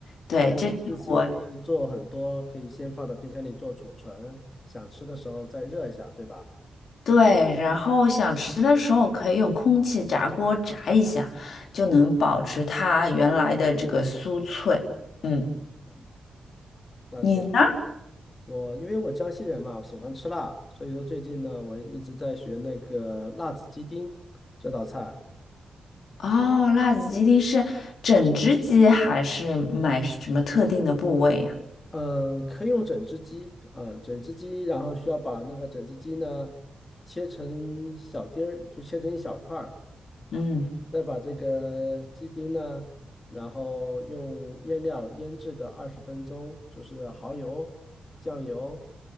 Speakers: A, on the left; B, on the left.
A: 对，
B: 这样一次性可以做很多，
A: 这是我
B: 可以先放到冰箱里做储存，想吃的时候再热一下，对吧？
A: 对，然后想吃的时候可以用空气炸锅炸一下，就能保持它原来的这个酥脆。嗯，
B: 嗯，那挺好。
A: 你呢？
B: 我因为我江西人嘛，我喜欢吃辣，所以说最近呢，我一直在学那个辣子鸡丁这道菜。
A: 哦，辣子鸡丁是整只鸡还是买什么特定的部位呀？
B: 嗯，可以用整只鸡，嗯，整只鸡，然后需要把那个整只鸡呢切成小丁儿，就切成一小块儿，
A: 嗯
B: 再把这个鸡丁呢，然后用腌料腌制个二十分钟，就是蚝油、酱油、